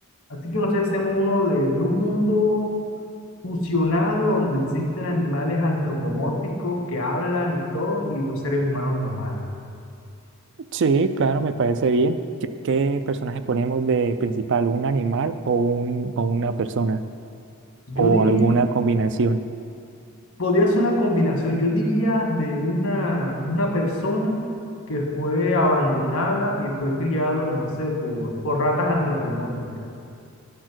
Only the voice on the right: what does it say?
Sí, claro, me parece bien. ¿Qué, qué personaje ponemos de principal? ¿Un animal o, un, o una persona?
¿O
alguna combinación?